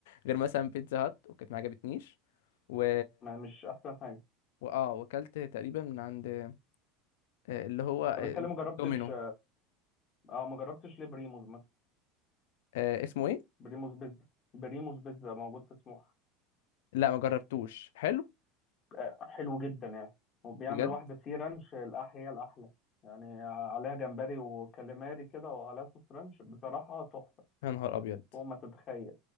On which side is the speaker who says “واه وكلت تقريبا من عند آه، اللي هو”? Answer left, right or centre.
Left